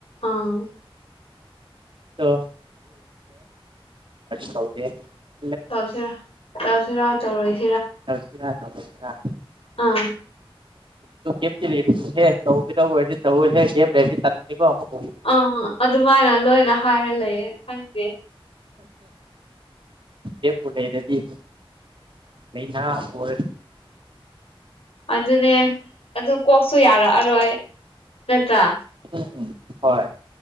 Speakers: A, on the left; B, on the right.
A: ꯑꯥ
B: ꯁꯦ ꯆꯥꯎꯗꯤ
A: ꯇꯧꯁꯤꯔ ꯇꯧꯁꯤꯔ ꯇꯧꯔꯣꯏꯁꯤ
B: ꯇꯧꯁꯤꯔ ꯊꯧꯁꯤꯔ
A: ꯑꯥ
B: ꯦꯞ ꯆ ꯂꯩ ꯆꯗ ꯆꯦꯦ ꯑꯦ ꯆꯥꯟꯣ ꯑꯃꯛ
A: ꯑꯥ ꯑꯗꯨꯃꯥꯏꯅ ꯂꯣꯏꯅ ꯍꯥꯏꯔ ꯂꯩꯌꯦꯦ ꯈꯪꯗꯦ
B: ꯀꯦ ꯄꯨꯨ ꯂꯩ ꯅꯗꯤ ꯂꯩꯩꯅ ꯍꯔ
A: ꯑꯗꯨꯅꯦ ꯑꯗꯨ ꯀꯣꯛꯁꯨ ꯌꯥꯔꯛꯑꯔꯣꯏ ꯅꯠꯇ꯭ꯔꯥ
B: ꯎꯝ ꯍꯣꯏ